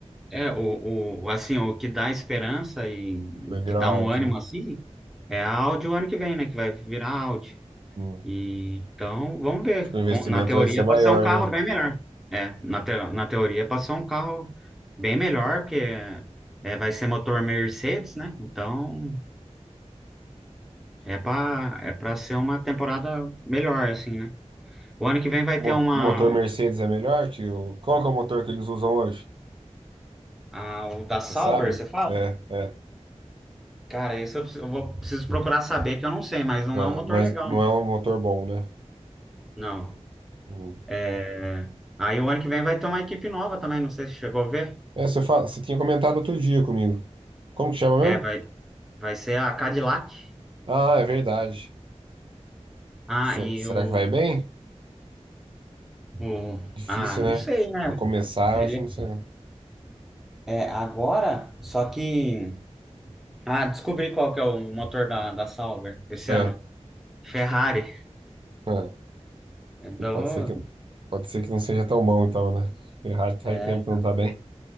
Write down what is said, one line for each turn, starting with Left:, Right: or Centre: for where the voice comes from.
Centre: É, o, o, assim, o que dá esperança e o
Right: Vai virar
Centre: que dá
Right: Audi,
Centre: um ânimo
Right: né?
Centre: assim é a Audi o ano que vem, né? Que vai virar Audi.
Right: Hum.
Centre: E, então, vamos ver.
Right: Acho que o investimento
Centre: Com- na teoria,
Right: vai ser maior,
Centre: pode ser um carro
Right: né?
Centre: bem melhor. É, na, te, na teoria, pode ser um carro bem melhor, porque é, vai ser motor Mercedes, né? Então, é para é para ser uma temporada melhor, assim, né? O ano que vem vai
Right: Mo-
Centre: ter uma.
Right: O motor Mercedes é melhor que o. Qual que é o motor que eles usam hoje?
Centre: A, o da
Right: Você
Centre: Sauber,
Right: sabe?
Centre: você fala?
Right: É, é.
Centre: Cara, isso eu, preciso- eu vou, preciso procurar saber, que eu não sei, mas não
Right: Ah,
Centre: é um motor
Right: mas
Centre: legal,
Right: não é um motor bom, né?
Centre: Não.
Right: O-
Centre: É, Aí o ano que vem vai ter uma equipe nova também, não sei se chegou a ver.
Right: É, você fala... você tinha comentado outro dia comigo. Como que chama mesmo?
Centre: É, vai, vai ser a Cadillac.
Right: Ah, é verdade.
Centre: Ah,
Right: Se-
Centre: e
Right: Será
Centre: o,
Right: que vai bem?
Centre: o...
Right: Difícil,
Centre: Ah, não
Right: né?
Centre: sei, né?
Right: Pra começar,
Centre: Teria...
Right: eu acho que não sei. não.
Centre: É, agora, só que... Ah, descobri qual que é o motor da, da Sauber esse
Right: Ah,
Centre: ano. Ferrari.
Right: ah,
Centre: Então,
Right: pode ser que... pode ser que não seja tão bom, então, né? Ferrari faz
Centre: é,
Right: tempo que não tá bem.